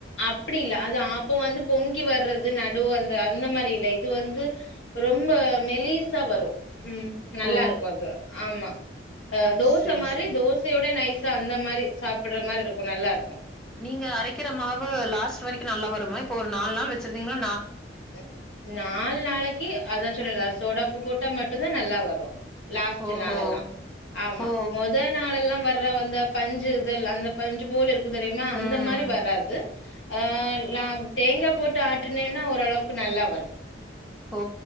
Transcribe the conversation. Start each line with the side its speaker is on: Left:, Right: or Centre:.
Left: அப்படி இல்ல அது ஆப்பம் வந்து பொங்கி வர்றது நடு அந்த அந்த மாதிரி இல்ல இது வந்து ரொம்ப மெலீஸா வரும் உம் நல்லா
Centre: ஓ!
Left: இருக்கும் அது ஆமா அ தோச
Centre: சரி,
Left: மாரி
Centre: சரி.
Left: தோசையோட நைசா அந்த மாரி சாப்பிட்ற மாரி இருக்கு நல்லாருக்கு
Centre: நீங்க அரைக்கிற மாவு லாஸ்ட் வரைக்கு நல்லா வருமா இப்ப ஒரு நால் நாள் வெச்சிருந்தீங்னா
Left: ம் நால் நாளைக்கு அதா சொன்னேல்ல சோடா உப்பு போட்டா மட்டுந்தா நல்லா வரு லாஸ்ட்டு
Centre: ஓஹோ!
Left: நாளெல்லா ஆமா
Centre: ஓ!
Left: மொத நாளெல்லா வர அப்றோ அந்த பஞ்சு இதெல்லா அந்த பஞ்சு போல இருக்கு தெரியுமா அந்த
Centre: ம்.
Left: மாரி வராது ஆ அ தேங்கா போட்டு ஆட்டுனேன்னா ஓரளவுக்கு நல்லா வருது
Centre: ஓ